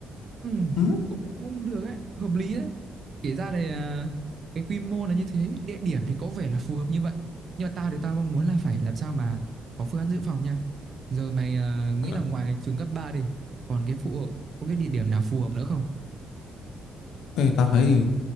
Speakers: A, on the right; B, on the left.
A: Ừ,
B: Ừ.
A: cũng cũng cũng được ấy, hợp lý đấy. Kể ra thì à, cái quy mô là như thế, địa điểm thì có vẻ là phù hợp như vậy. Nhưng mà tao thì tao mong muốn là phải làm sao mà có phương án dự phòng nha. Giờ mày à, nghĩ
B: Ờ,
A: là ngoài trường cấp 3 đi, còn cái phụ hộ có cái địa điểm nào phù hợp nữa không?
B: Thế tao thấy